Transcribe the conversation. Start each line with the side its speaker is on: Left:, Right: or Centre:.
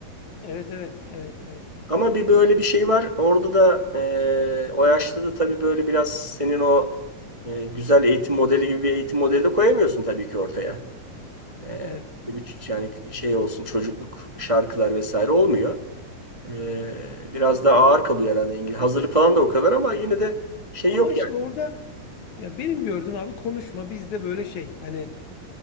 Left: evet evet evet evet
Right: Ama bir böyle bir şey var. Orada da eee, o yaşta da tabii böyle biraz senin o eee, güzel eğitim modeli gibi bir eğitim modeli de koyamıyorsun tabii ki ortaya. Eee,
Left: evet.
Right: bir ç- yani şey olsun çocukluk şarkılar vesaire olmuyor. Eee, biraz daha ağır kalıyor herhalde İngiliz. Hazırlık falan da o kadar ama yine de şey
Left: Ama
Right: yok
Left: işte
Right: yani.
Left: orada ya benim gördüğüm abi konuşma bizde böyle şey. Hani